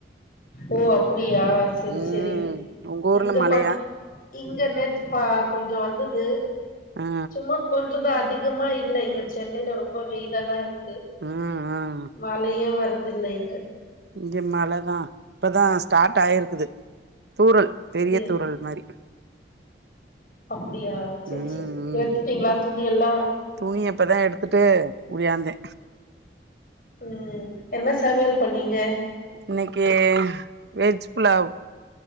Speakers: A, on the left; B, on the right.
A: ஓ அப்டியா செரி
B: ம்
A: செரி
B: உங்க ஊர்ல
A: இங்க
B: மழையா
A: பாட்டு இங்க நேத்துப்பா கொஞ்சோ வந்தது
B: ஆ
A: சும்மா கொஞ்சோ தான் அ அதிகமா இல்ல இங்க சென்னையில ரொம்ப வெயிலா தா இருக்கு
B: ம் ம்
A: மழயே வருது இல்ல இங்க
B: இங்க மழ தா இப்பதா ஸ்டாட் ஆயிருக்குது தூரல் பெரிய
A: அப்டியா
B: தூரல் மாரி
A: அப்டியா செரி
B: உம்
A: செரி
B: உம்
A: எடுத்துட்டீங்களா துணி எல்லா
B: துணிய இப்பதா எடுத்துட்டு ஒடியாந்தே
A: உம் என்ன சமயல் பண்ணீங்க
B: இன்னைக்கு வெஜ் புலாவ்